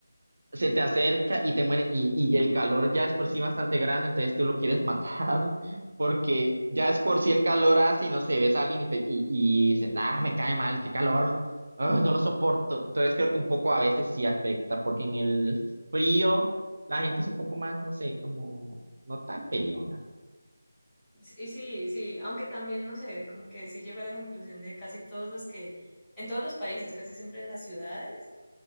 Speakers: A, on the right; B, in the centre.
A: se te acerca y te muere, y, y el calor ya es por sí bastante grande, entonces tú lo quieres matar, <laughs> porque ya es por sí el calor hace y no sé, ves a alguien y, te, y, y dices, ah, me cae mal, qué calor, ah, no lo soporto. Entonces creo que un poco a veces sí afecta, porque en el frío la gente es un poco más, no sé, como no tan peleona.
B: Sí, sí, sí, aunque también, no sé, como que sí llego a la conclusión de casi todos los que, en todos los países, casi siempre en las ciudades,